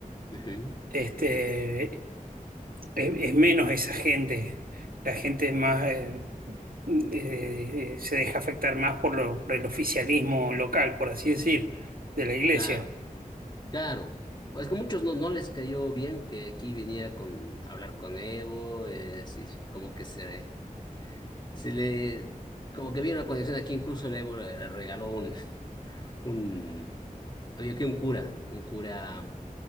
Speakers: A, on the left; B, on the right.
A: Ujú.
B: este, es, es menos esa gente. La gente es más, eh, eh, se deja afectar más por, lo, por el oficialismo local, por así decir, de la iglesia.
A: Claro, claro. Es que muchos no, no les cayó bien que aquí viniera con a hablar con Evo, eh, sí, como que se, se le, como que vieron la conexión aquí, incluso el Evo le, le regaló un, un, Había aquí un cura, un cura